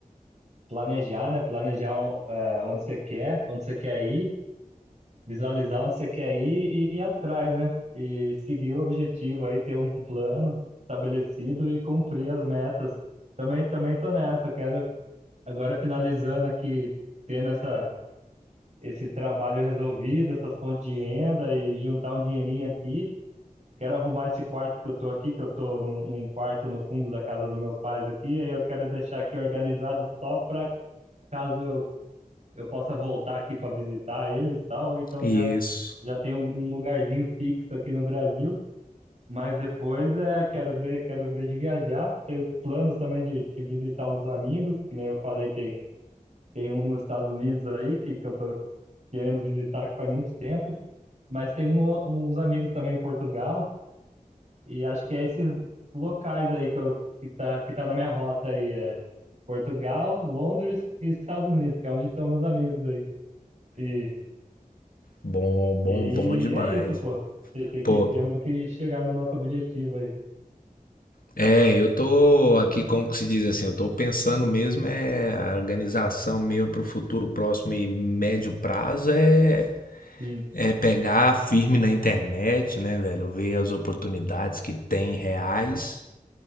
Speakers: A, on the right (about 55°); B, on the left (about 80°).
A: planejar, né? Planejar é, onde você quer, onde você quer ir, visualizar onde você quer ir e ir atrás, né? E seguir o objetivo aí, ter um plano estabelecido e cumprir as metas. Também, também tô nessa, quero agora finalizando aqui, tendo essa, esse trabalho resolvido, essas fontes de renda e juntar um dinheirinho aqui quero arrumar esse quarto que eu tô aqui, que eu tô num, num quarto no fundo da casa dos meus pais aqui, aí eu quero deixar aqui organizado só para caso eu, eu possa voltar aqui para visitar eles e tal, então
B: Isso.
A: já, já tem um, um lugarzinho fixo aqui no Brasil, mas depois é, quero ver, quero ver de viajar, tem os planos também de, de visitar uns amigos, que nem eu falei, tem, tem um nos Estados Unidos aí que, que eu tô querendo visitar que faz muito tempo, mas tem um, uns amigos também em Portugal, E acho que é esses locais aí que, eu, que, tá, que tá na minha rota aí, é Portugal, Londres e Estados Unidos, que é onde estão meus amigos aí. E,
B: Bom, bom,
A: e
B: bom demais.
A: é isso, pô. Tem, tem que,
B: Pô,
A: temos que chegar no nosso objetivo aí.
B: É, eu tô aqui, como que se diz assim, eu tô pensando mesmo é a organização meio para o futuro próximo e médio prazo é
A: Sim,
B: é pegar firme na internet, né, velho? Ver as oportunidades que tem reais,